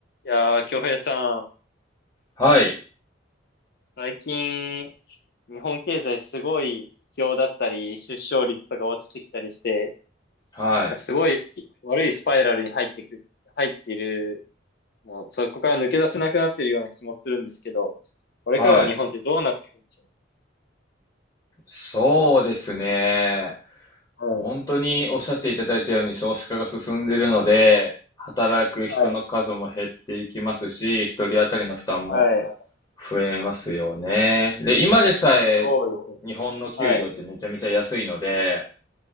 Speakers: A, on the left; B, on the left.
A: いやー、京平さん、
B: はい、
A: 最近、日本経済すごい不況だったり、出生率とか落ちてきたりして、
B: はい、
A: なんかすごい悪いスパイラルに入っていく、入っている、もうそこから抜け出せなくなっているような気もするんですけど、これからの日本ってどうなっていくんでしょ
B: はい。そうですね。
A: う
B: 本当におっしゃっていただいたように少子化が進んでいるので、働く人の数も減っていきますし、
A: かはい、
B: 一人当たりの負担も
A: はい、はい。
B: 増えますよね。で、今でさえ日本の給料ってめちゃめちゃ安いので、
A: そうですね。はい、